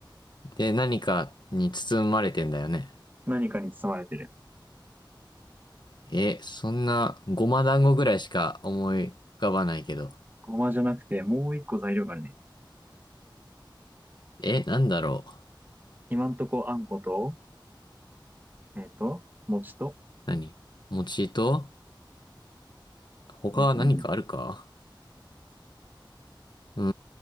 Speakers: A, on the left; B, on the right.
A: で、何かに包まれてんだよね。
B: 何かに包まれてる。
A: え、そんな、ごま団子ぐらいしか思い浮かばないけど。
B: ごまじゃなくて、もう一個材料があるね。
A: え、なんだろう。
B: 今んとこあんこと、えっと、餅と。
A: 何餅と他は何かあるか
B: うんうんうん。
A: うー